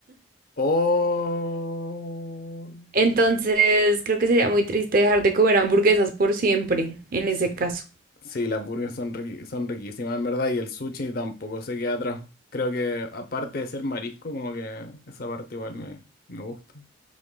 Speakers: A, on the left; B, on the right.
A: Oh.
B: Entonces, creo que sería muy triste dejar de comer hamburguesas por siempre, en
A: Sí,
B: ese caso.
A: sí, las burgers son, riqui- son riquísimas, en verdad, y el sushi tampoco se queda atrás. Creo que aparte de ser marisco, como que esa parte igual me, me gusta.